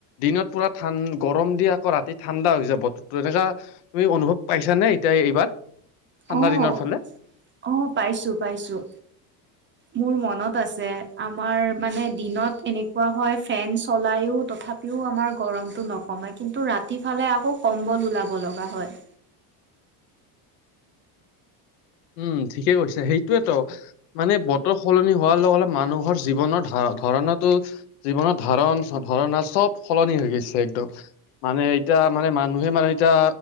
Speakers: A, on the left (about 85°); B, on the right (about 25°).
A: দিনত পুৰা ঠাণ গৰম দি আকৌ ৰাতি ঠাণ্ডা হৈ যায় বতৰটো এনেকুৱা তুমি অনুভৱ পাইছা নে এতিয়া এইবাৰ। ঠাণ্ডা
B: অ'
A: দিনৰ ফালে?
B: অ' পাইছোঁ পাইছোঁ। মোৰ মনত আছে আমাৰ মানে দিনত এনেকুৱা হয় ফেন চলাইয়ো তথাপি উম আমাৰ গৰমটো নকমে কিন্তু ৰাতি ফালে আকৌ কম্বল ওলাব লগা হয়
A: উম ঠিকে কৈছে সেইটোৱেতো। মানে বতৰ সলনি হোৱাৰ লগ লগে মানুহৰ জীৱনৰ ধ ধাৰণাটো জীৱনৰ‌ ধাৰণ ধাৰণা চব সলনি হৈ গৈছে একদম। মানে এতিয়া মানে মানুহে মানে এতিয়া